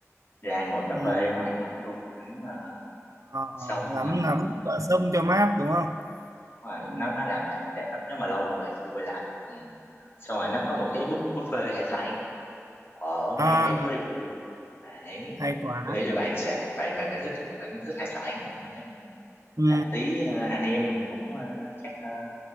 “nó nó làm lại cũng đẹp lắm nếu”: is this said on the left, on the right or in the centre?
Left